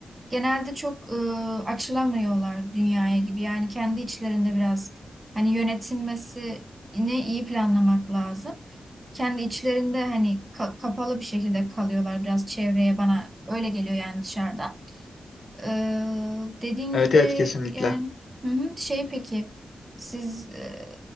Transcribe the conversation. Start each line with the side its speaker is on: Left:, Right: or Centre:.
Right: genelde çok e, açılamıyorlar dünyaya gibi. Yani kendi içlerinde biraz hani yönetilmesini iyi planlamak lazım. Kendi içlerinde hani ka- kapalı bir şekilde kalıyorlar biraz çevreye bana öyle geliyor yani dışarıdan. Ee, dediğin
Left: Evet
Right: gibi
Left: evet kesinlikle.
Right: yani hı hı, şey peki siz e,